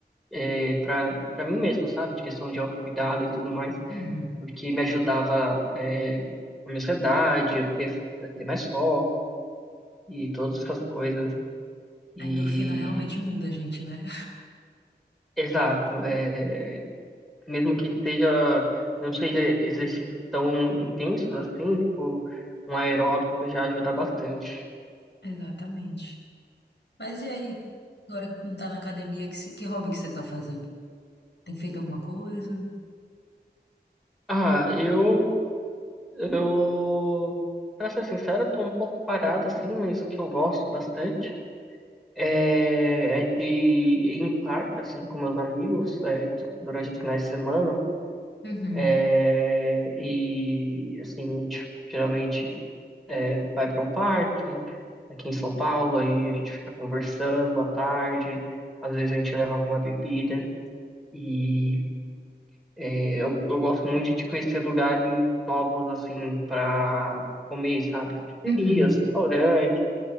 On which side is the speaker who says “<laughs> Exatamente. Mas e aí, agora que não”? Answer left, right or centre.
Left